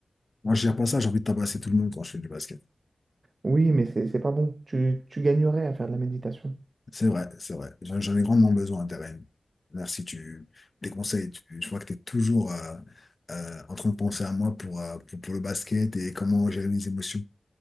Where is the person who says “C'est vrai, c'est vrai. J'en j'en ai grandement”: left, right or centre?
Left